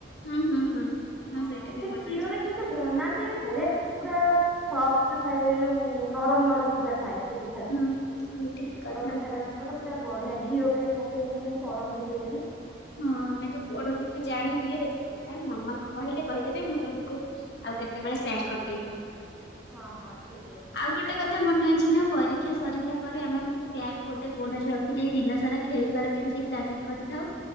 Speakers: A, on the left (about 65°); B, in the centre.
A: ହୁଁ ହୁଁ ହୁଁ
B: ହଁ
A: ସେଇଟା ବି
B: ସେ କ୍ଷୀରରେ
A: ମନେ ଅଛି
B: କିନ୍ତୁ ବନାନ୍ତି ବଢିଆ ପୁରା ସଫ୍ଟ ଥାଏ ଯୋଉ ନରମ ନରମ ପୁରା ଥାଏ। ସେ ପିଠାଟା,
A: ହୁଁ ହୁଁ ଠିକ
B: ପୋଡ
A: କଥା।
B: ପିଠାଟା ତାଙ୍କର ପୁରା ବଢିଆ ଘିଅ ଫିଅ ପକେଇକି କେମତି କରନ୍ତି କେ ଯାଣି।
A: ହଁ ଆମେ ତ ପୋଡ ପିଠା ଜାଣିନି ରେସିପି ଟା ମାମାଙ୍କୁ କହିଲେ କହିଦେବେ ମୁଁ ତମକୁ ଆଉ କେତେବେଳେ ସେୟାର କରିଦେବି।
B: ହଁ ହଁ ଠିକ ଅଛି।
A: ଆଉ ଗୋଟେ କଥା ମନେ ଅଛି ନା ପରୀକ୍ଷା ସରିଲା ପରେ ଆମେ ଆମ ବ୍ୟାଗ୍ ଗୋଟେ କୋଣ ରେ ରଖିଦେଇ ଦିନ ସାରା ଖେଳିବାର କେମିତି ପ୍ଲାନିଂ କରିଥାଉ।